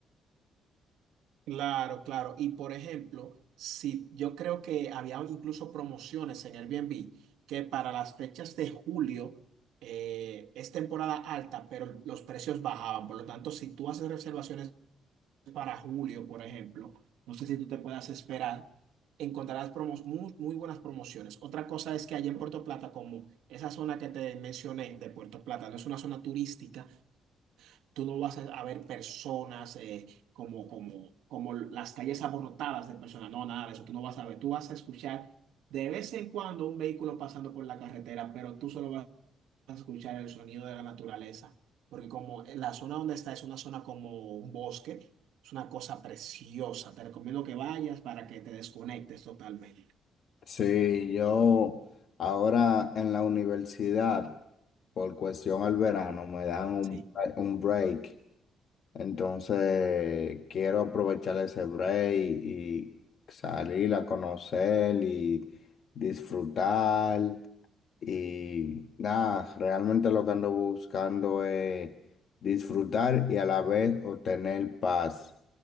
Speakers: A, on the right; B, on the left.
A: Claro, claro. Y por ejemplo, si yo creo que había incluso promociones en Airbnb que para las fechas de julio eh, es temporada alta, pero los precios bajaban. Por lo tanto, si tú haces reservaciones para julio, por ejemplo, no sé si tú te puedas esperar, encontrarás promos- muy, muy buenas promociones. Otra cosa es que allá en Puerto Plata, como esa zona que te mencioné de Puerto Plata, no es una zona turística, Tú no vas a a ver personas eh, como, como, como las calles abarrotadas de personas. No, nada de eso. Tú no vas a ver. Tú vas a escuchar de vez en cuando un vehículo pasando por la carretera, pero tú solo vas a escuchar el sonido de la naturaleza. Porque como la zona donde está es una zona como un bosque, es una cosa preciosa. Te recomiendo que vayas para que te desconectes totalmente.
B: Sí, yo ahora en la universidad, por cuestión al verano, me dan un,
A: Sí.
B: bre- un break. Entonces, quiero aprovechar ese break y salir a conocer y disfrutar. Y nada, realmente lo que ando buscando es disfrutar y a la vez obtener paz.